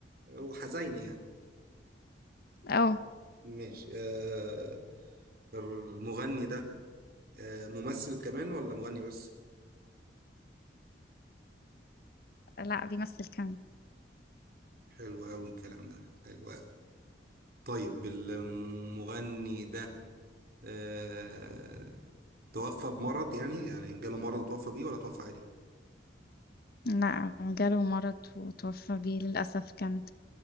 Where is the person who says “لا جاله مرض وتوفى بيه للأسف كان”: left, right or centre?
Left